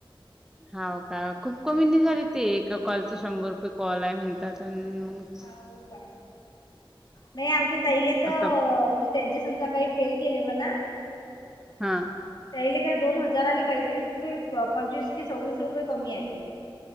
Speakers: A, in the centre; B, on the left (about 50°).
A: हा का खूप कमी निघाले ते एका कॉलच शंभर रुपये. कॉलय म्हणतात मग चल
B: हो का? नाही आमच्या ताईलेच म्हणजे.
A: असं
B: तर याचे समजा काही फेल गेले म्हणा.
A: हा.
B: त्याले काय दोन हजाराले काहीतरी रुपये, पंचवीस की सव्वीस रुपये कमी आले.